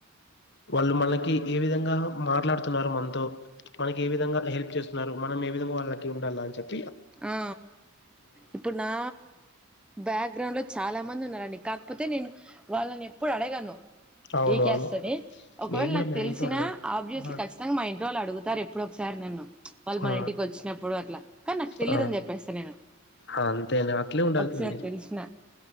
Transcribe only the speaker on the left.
వాళ్ళు మనకి ఏ విధంగా మాట్లాడుత మన మనకి ఏ విధంగా హెల్ప్ చేస్తున్నారు మనం ఏ విధంగా వాళ్ళకి ఉండాలి అని చెప్పారు
అవును
అవును
నేను కూడా
మ్యాక్సిమం
అడగను
ఆ
ఆ
ఆ
ఆ అంతేనా అట్లే ఉండాల్సింది